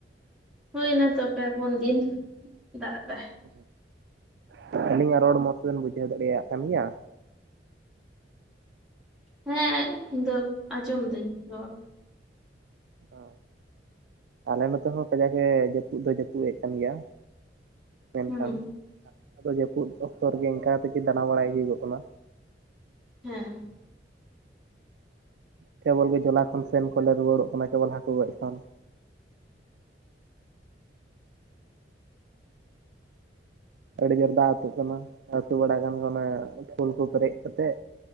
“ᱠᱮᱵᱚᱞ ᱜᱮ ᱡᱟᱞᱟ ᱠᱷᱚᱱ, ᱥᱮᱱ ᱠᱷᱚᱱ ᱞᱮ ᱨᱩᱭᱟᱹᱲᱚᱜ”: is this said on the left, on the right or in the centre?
Right